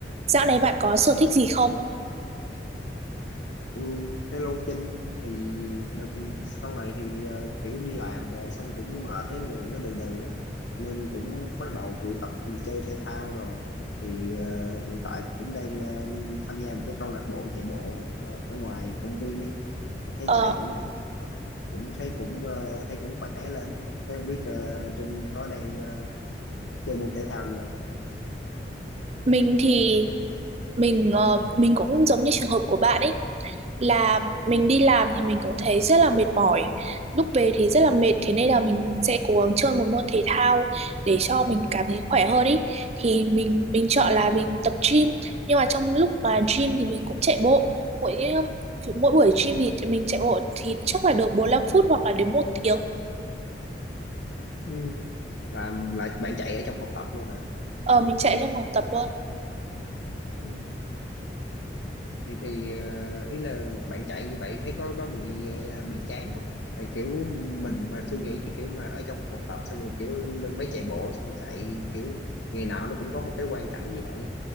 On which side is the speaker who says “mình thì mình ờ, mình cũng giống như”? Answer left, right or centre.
Right